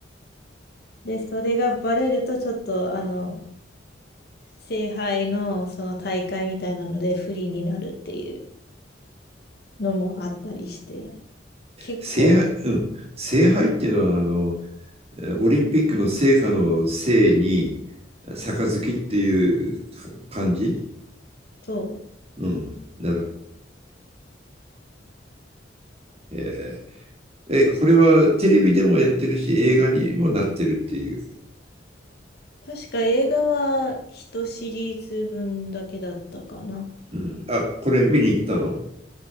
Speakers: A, on the left (about 60°); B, on the right (about 35°).
A: で、それがバレるとちょっと、あの、聖杯のその大会みたいなので不利になるっていうのもあったりして、結構、
B: 聖杯、うん、聖杯っていうのはあのえーオリンピックの聖火の聖に杯っていう感じ
A: そう。
B: うんなるえーえこれはテレビでもやってるし映画にもなってるっていう、
A: 確か映画は一シリーズ分だけだったかな。
B: うん、あこれ見に行ったの